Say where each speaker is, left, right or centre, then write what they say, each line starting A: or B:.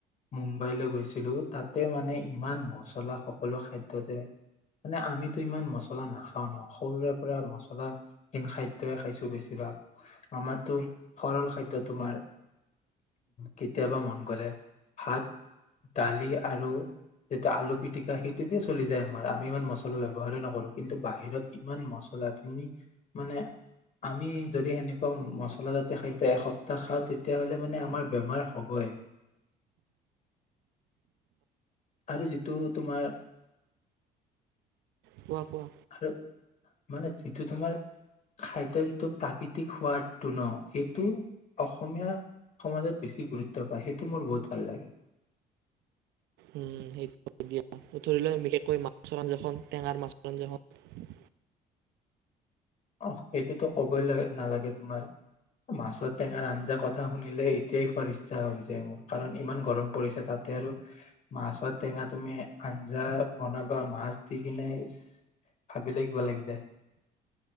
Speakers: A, on the left; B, on the right.
A: মুম্বাইলৈ গৈছিলো তাতে মানে ইমান মচলা সকলো খাদ্যতে মানে আমিতো ইমান মছলা নাখাওঁ ন' সৰুৰে পৰা মছলা হিন খাদ্যই খাইছো বেছিভাগ। আমাৰতো সৰল খাদ্য তোমাৰ কেতিয়াবা মন গ'লে ভাত, দালি আৰু যিটো আলু পিটিকা সেইটোতে চলি যায় আমাৰ। আমি ইমান মছলা ব্যৱহাৰেই নকৰো। কিন্তু বাহিৰত ইমান মচলা তুমি মানে আমি যদি সেনে কে মছলাজাতীয় খাদ্য এসপ্তাহ খাওঁ তেতিয়াহলে মানে আমাৰ বেমাৰ হ'বই। আৰু যিটো তোমাৰ
B: কোৱা, কোৱা
A: আৰু মানে যিটো তোমাৰ খাদ্য যিটো প্ৰাকৃতি ক সোৱাদটো ন সেইটো অসমীয়া সমাজত বেছি গুৰুত্ব পায়। সেইটো মোৰ বহুত ভাল লাগে।
B: উম সেইটো দিয়া উ ধৰি ল বিশেষকৈ মাছৰ আঞ্জা খন টেঙাৰ মাছৰ আঞ্জাখন
A: অ সেইটোতো কবই লাগ নালাগে। তোমাৰ মাছৰ টেঙাৰ আঞ্জা কথা শুনিলে এতিয়াই খোৱাৰ ইচ্ছা হৈ যায় মোৰ কাৰণ ইমান গৰম পৰিছে তাতে আৰু মাছৰ টেঙা তুমি আঞ্জা বনাবা মাছ দি কিনে ভাবিলে কিবা লাগি যায়।